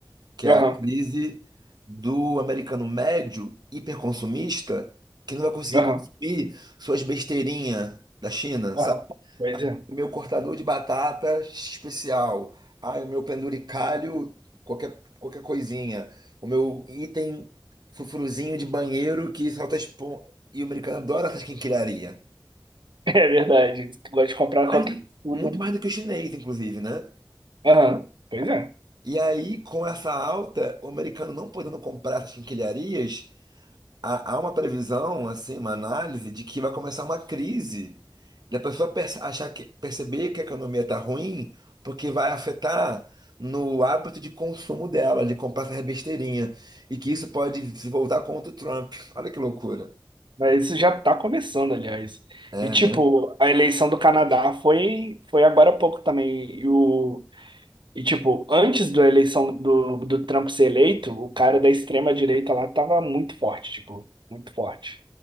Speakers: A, on the right; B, on the right.
A: que
B: Aham,
A: é a crise do americano médio hiperconsumista que não vai conseguir
B: aham,
A: consumir suas besteirinhas da China,
B: aham.
A: sabe?
B: Pois é. <laughs>
A: O meu cortador de batata especial, ai, o meu penduricalho, qualquer, qualquer coisinha, o meu item frufruzinho de banheiro que solta espon... E o americano adora essas quinquilharias.
B: É verdade. Gosta de comprar
A: Mas,
B: qualquer tudo.
A: muito
B: né?
A: mais do que o chinês, inclusive, né?
B: Aham, pois é.
A: E aí, com essa alta, o americano não podendo comprar essas quinquilharias, há, há uma previsão, assim, uma análise de que vai começar uma crise. Da pessoa perce- achar que, perceber que a economia está ruim, porque vai afetar no hábito de consumo dela, de comprar essa besteirinha. E que isso pode se voltar contra o Trump. Olha que loucura.
B: Mas isso já tá começando, aliás.
A: É,
B: E, tipo,
A: né?
B: a eleição do Canadá foi, foi agora há pouco também. E o, E, tipo, antes da eleição do, do Trump ser eleito, o cara da extrema-direita lá tava muito forte, tipo, muito forte.